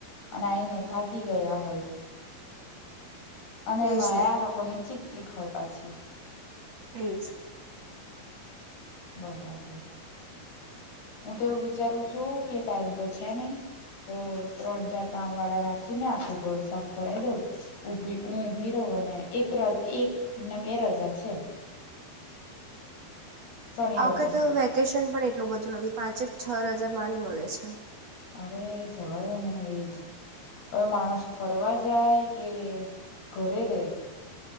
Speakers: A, on the left; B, on the right.
A: અને આઈને થાકી ગયા હોય અને એમાં
B: એજ ને
A: આ લોકોની ચી ચીક હોય પાછી
B: એજ
A: બરાબર હું તો એવું વિચારું છું કે ટાઈમ તો છે નહી તો ત્રણ ચાર કામવાળા રાખીને આખું ઘર સાફ કરાઈ દઉં ઉભી હું ઉભી રહું અને એક એક ને બે રજા છે શનિ રવિની
B: આવ ક તો વેકેશ પણ એટલું બધું નથી પાંચેક છ હજાર માંડ મળે છે.
A: અરે એ જવા દ ને એજ હવે માણસ ફરવા જાય કે ઘરે રે